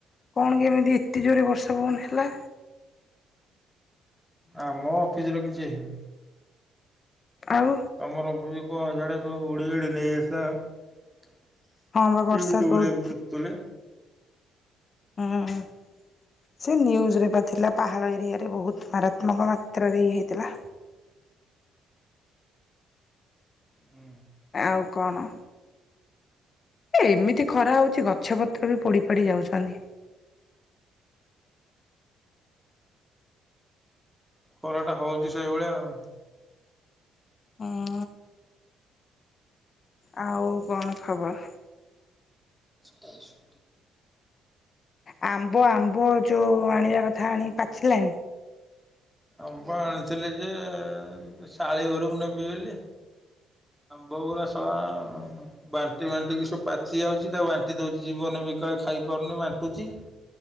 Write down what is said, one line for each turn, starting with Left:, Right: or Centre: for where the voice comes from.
Left: କଣ କେମିତି ଏତେ ଜୋରରେ ବର୍ଷା ପବନ ହେଲା?
Centre: ଆମ ଅଫିସ ର କିଛି ହେଇନି।
Left: ଆଉ।
Centre: ତମର ପୂ କଣ ଜାଡେ କ ଉଡି ଉଡି ନେଇସ <unintelligible>
Left: ହଁ ବା ବର୍ଷା
Centre: ୟୁଟିୁବରେୁ
Left: ବହୁତ
Centre: ଦେକହୁଥିଲେ।
Left: ହଁ। ସେ ନ୍ୟୁଜ୍ରରେ ବା ଥିଲା ପାହାଡ଼ ଏରିଆରେ ବହୁତ ମାରାତ୍ମକ ମାତ୍ରାରେ ଇଏ ହେଇଥିଲା।
Centre: ହୁଁ।
Left: ଆଉ କଣ? ଏମିତି ଖରା ହଉଛି ଗଛ ପତ୍ର ବି ପୋଡି ପାଡି ଯାଉଛନ୍ତି।
Centre: ପରଟା ହଉଛି ସେଇଭଳିଆ ଆଉ।
Left: ହଁ। ଆଉ କଣ ଖବର?
Centre: ସ୍ଟ <unintelligible>
Left: ଆମ୍ବ ଆମ୍ବ ଯେଉଁ ଆଣିବା କଥା ଆଣିକି ପାଚିଲାଣି।
Centre: ଆମ୍ବ ଆଣିଥିଲେ ଯେ ଶାଳୀ ଘରକୁ ନେବି ବେଲି ବଉରାଶ <unintelligible> ବାଣ୍ଟି ବାଣ୍ଟିିକି ସବୁ ପାଚି ଯାଉଛି ତା ବାଣ୍ଟି ଦଉଛି ଜୀବନ ବି କଳେ ଖାଇ ପାରୁନି ବାଣ୍ଟୁଛି।